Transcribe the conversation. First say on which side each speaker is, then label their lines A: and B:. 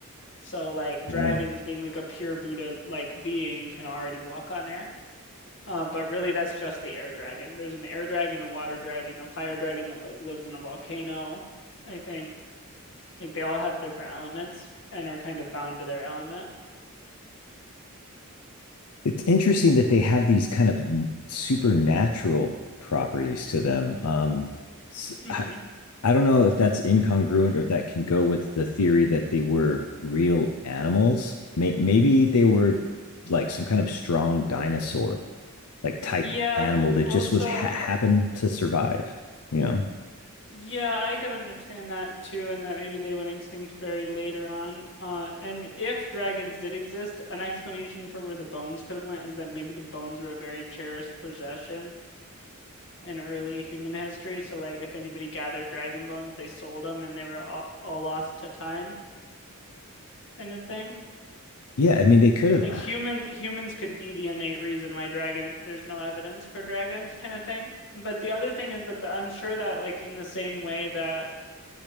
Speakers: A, on the left (about 55°); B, on the left (about 85°).
A: So like dragons
B: Right.
A: being like a pure Buddha like being can already walk on air. Uh, but really that's just the air dragon. There's an air dragon, a water dragon, a fire dragon that like lives in a volcano, I think. Like they all have different elements and are kind of bound to their element.
B: It's interesting that they have these kind of supernatural properties to them. Um
A: hmm
B: I I, I don't know if that's incongruent or if that can go with the theory that they were real animals. May, maybe they were like some kind of strong dinosaur like type
A: Yeah,
B: animal
A: well,
B: that just
A: so
B: was ha- happened to survive, you know.
A: yeah, I could understand that too, and that maybe they went extinct very later on. Uh, and if dragons did exist, an explanation for where the bones could have went is that maybe the bones were a very cherished possession in early human history. So, like, if anybody gathered dragon bones, they sold them, and they were all, all lost to time, kind of thing.
B: Yeah, I mean they could have.
A: Like humans, humans could be the innate reason why dragon. There's no evidence for dragons, kind of thing. But the other thing is that the, I'm sure that like in the same way that